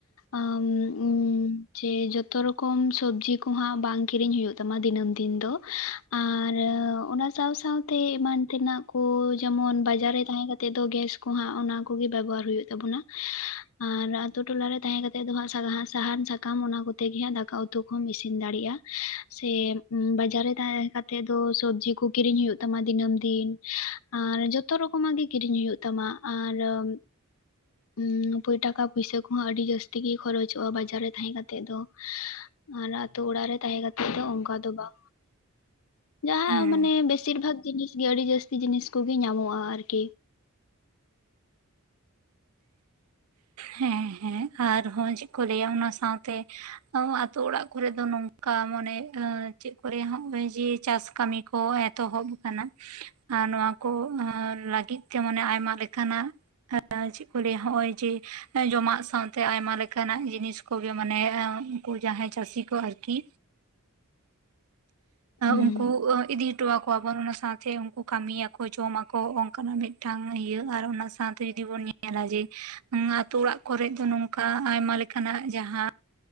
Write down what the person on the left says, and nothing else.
ᱟᱢ ᱤᱧ ᱡᱮ ᱡᱚᱛᱚ ᱨᱚᱠᱚᱢ ᱥᱚᱵᱽᱡᱤ ᱠᱚᱦᱟᱸᱜ ᱵᱟᱝ ᱠᱤᱨᱤᱧ ᱦᱩᱭᱩᱜ ᱛᱟᱢᱟ ᱫᱤᱱᱟᱹᱢ ᱫᱤᱱ ᱫᱚ᱾ ᱟᱨ ᱚᱱᱟ ᱥᱟᱶ ᱥᱟᱶᱛᱮ ᱮᱢᱟᱱ ᱛᱮᱱᱟᱜ ᱠᱚ ᱡᱮᱢᱚᱱ ᱵᱟᱡᱟᱨ ᱨᱮ ᱛᱟᱦᱮᱸ ᱠᱟᱛᱮᱜ ᱫᱚ ᱜᱮᱥ ᱠᱩᱦᱟᱸᱜ ᱚᱱᱟ ᱠᱚᱜᱮ ᱵᱮᱵᱚᱦᱟᱨ ᱦᱩᱭᱩᱜ ᱛᱟᱵᱚᱱᱟ ᱟᱨ ᱟᱛᱩ ᱴᱚᱞᱟᱨᱮ ᱛᱟᱦᱮᱸ ᱠᱟᱛᱮᱜ ᱫᱚ ᱦᱟᱸᱜ ᱥᱟᱨᱦᱟ ᱥᱟᱦᱟᱱ ᱥᱟ ᱟᱢ ᱚᱱᱟ ᱠᱚᱛᱮ ᱜᱮ ᱦᱟᱸᱜ ᱫᱟᱠᱟ ᱩᱛᱩ ᱠᱚᱢ ᱤᱥᱤᱱ ᱫᱟᱲᱮᱭᱟᱜᱼᱟ᱾ ᱥᱮ ᱵᱟᱡᱟᱨ ᱨᱮ ᱛᱟᱦᱮᱸ ᱠᱟᱛ ᱛᱮᱫ ᱫᱚ ᱥᱚᱵᱽᱡᱤ ᱠᱚ ᱠᱤᱨᱤᱧ ᱦᱩᱭᱩᱜ ᱛᱟᱢᱟ ᱫᱤᱱᱟᱹᱢ ᱫᱤᱱ ᱟᱨ ᱡᱚᱛᱚ ᱨᱚᱠᱚᱢᱟᱜ ᱜᱮ ᱠᱤᱨᱤᱧ ᱦᱩᱭᱩᱜ ᱛᱟᱢᱟ ᱟᱨᱚᱢ ᱩᱸ ᱴᱟᱠᱟ ᱯᱚᱭᱥᱟᱹ ᱠᱚᱸᱦᱚᱸ ᱟᱹᱰᱤ ᱡᱟᱹᱥᱛᱤ ᱜᱮ ᱠᱷᱚᱨᱚᱪᱚᱜᱼᱟ ᱵᱟᱡᱟᱨ ᱨᱮ ᱛᱟᱦᱮᱸ ᱠᱟᱛᱮᱜ ᱫᱚ᱾ ᱟᱨ ᱟᱛᱩ ᱚᱲᱟᱜ ᱨᱮ ᱛᱟᱦᱮᱸ ᱠᱟᱛᱮᱜ ᱫᱚ ᱚᱝᱠᱟ ᱫᱚ ᱵᱟᱝ᱾ ᱡᱟᱦᱟᱸ
ᱢᱟᱱᱮ ᱵᱮᱥᱤᱨ ᱵᱷᱟᱜᱽ ᱡᱤᱱᱤᱥᱜᱤ ᱟᱹᱰᱤ ᱡᱟᱹᱥᱛᱤ ᱡᱤᱱᱤᱥ ᱠᱚᱜᱮ ᱧᱟᱢᱚᱜᱼᱟ ᱟᱨᱠᱤ᱾
ᱦᱩᱸ